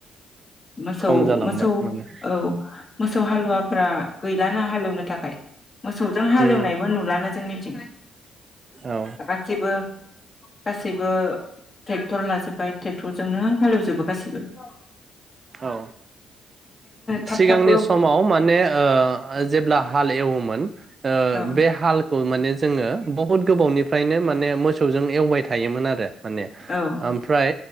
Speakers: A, on the left; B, on the right.
A: मोसौ
B: खम जालांबाय
A: मोसौ
B: माने
A: औ मोसौ हालुवाफ्रा गैलानो हालेवनो थाखाय मोसौजों हालेवनायबो
B: उम
A: नुलानो जोंनि <unintelligible>
B: औ
A: गासैबो गासैबो टेक टर लाजोब्बाय ट्रेक्टर जजोंनो हालेवजोबबो गासैबो ।
B: औ
A: थाब
B: सिगांनि
A: थाबबो
B: समाव माने ओ जेब्ला हाल एवोमोन ओ
A: औ
B: बे हाल औ माने जोङो बहुत गोबावनिफ्रायनो माने मोसौजों एवबाय थायोमोन आरो माने
A: ओं
B: ओमफ्राय